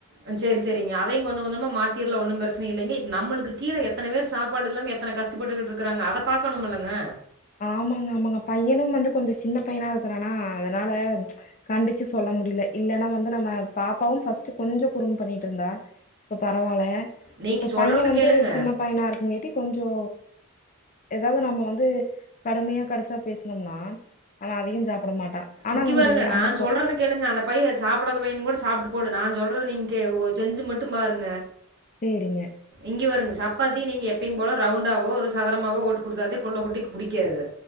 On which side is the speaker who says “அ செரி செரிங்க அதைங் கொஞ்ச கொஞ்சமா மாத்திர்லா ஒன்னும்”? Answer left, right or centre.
Right